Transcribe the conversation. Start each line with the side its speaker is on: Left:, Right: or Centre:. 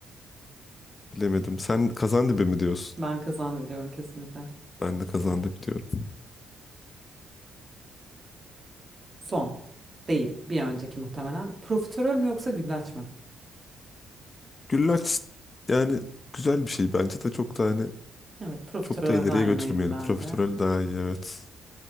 Left: bilemedim. Sen kazandibi mi diyorsun?
Right: Ben kazandı biliyorum kesinlikle.
Left: Ben de kazandibi diyorum.
Right: Son. Değil. Bir önceki muhtemelen. Profiterol mü yoksa güllaç mı?
Left: Güllaç yani güzel bir şey bence de çok tane.
Right: Evet, profiterolden
Left: Çok da ileriye
Right: yanayım
Left: götürmeyelim.
Right: ben
Left: Profiterol
Right: de.
Left: daha iyi evet.